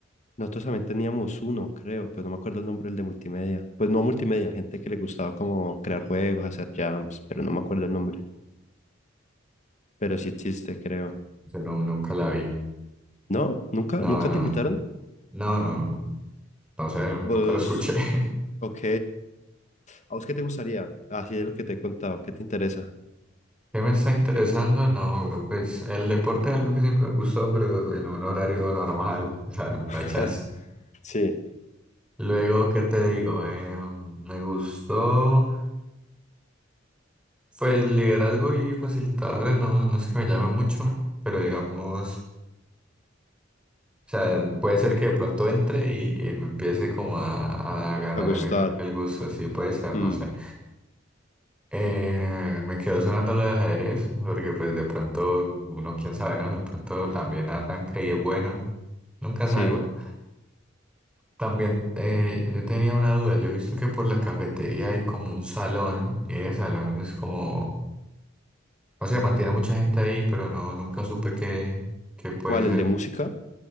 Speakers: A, on the left (about 40°); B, in the centre.
A: Nosotros también teníamos uno, creo, pero no me acuerdo el nombre del de multimedia. Pues no multimedia, gente que le gustaba como crear juegos, hacer jams, pero no me acuerdo el nombre. Pero sí existe, creo.
B: Yo no, nunca la vi.
A: ¿No? ¿Nunca?
B: No,
A: ¿Nunca
B: no,
A: te invitaron?
B: no, no, no sé, nunca
A: Pues,
B: lo escuché. <laughs>
A: ok. ¿A vos qué te gustaría? Así de lo que te he contado, ¿qué te interesa?
B: ¿Qué me está interesando? No, bro, pues el deporte es algo que siempre me gustó, pero en un horario normal, <laughs> o sea, no
A: <laughs>
B: hay chance.
A: Sí,
B: Luego, ¿qué te digo? Eh, me gustó, pues liderazgo y facilitadores, no, no es que me llame mucho, pero digamos, o sea, puede ser que de pronto entre y, y me empiece como a, a agarrar
A: a gustar.
B: el, el gusto, sí, puede ser,
A: Mm,
B: no sé. Eh, me quedó sonando lo de ajedrez, porque pues de pronto uno, quién sabe, ¿no? De pronto también arranca y es bueno. Nunca
A: sí.
B: sabe uno. También eh, yo tenía una duda. Yo he visto que por la cafetería hay como un salón y ese salón es como, o sea, mantiene mucha gente ahí, pero no, nunca supe qué, qué puede
A: ¿Cuál?
B: ser.
A: ¿El de música?